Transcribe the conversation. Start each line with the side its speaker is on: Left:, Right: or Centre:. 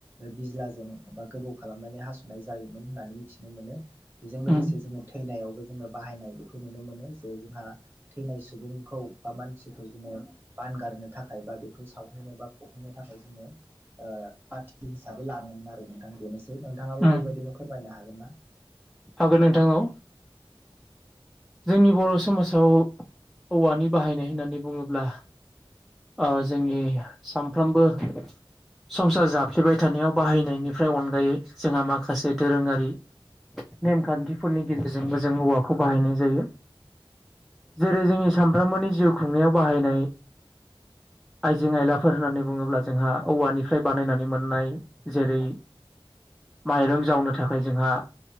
Right: बिज्लाजों बा गोबौ खालामनानै हास'नाय जायोमोन होननानै मिथिनो मोनो। बेजों लोगोसे
Centre: उम
Right: जोङो थैनायावबो जोङो बाहायनाय बेखौ नुनो मोनो जे जोंहा थैनाय सुबुंखौ बा मानसिखौ जोङो बानगारनो थाखाय बा बेखौ सावहैनो बा फबहैनो थाखाय जोङो ओ पाटिकि हिसाबै लाङोमोन आरो नोंथां बेनोसै नोंथाङाबो
Centre: उम
Right: बेबायदिनो फोरमायनो हागोन ना।
Centre: हागोन नोंथा औ। जोंनि बर' समाजाव औवानि बाहायनाय होननानै बुङोब्ला ओ जोंनि सामफ्रोमबो संसार जाफ्लेबाय थानायाव बाहायनायनिफ्राय अनगायै जोंहा मा माखासे दोरोङारि नेमखान्थि फोरनि गेजेरजोंबो जों औवाखौ बाहायनाय जायो जेरै जोंनि सानफ्रोमबोनि जिउ खुंनायाव बाहायनाय आइजें आइलाफोर होननानै बुङोब्ला जोंहा औवानिफ्राय बानायनानै मोननाय जेरै माइरं जावनो थाखाय जोंहा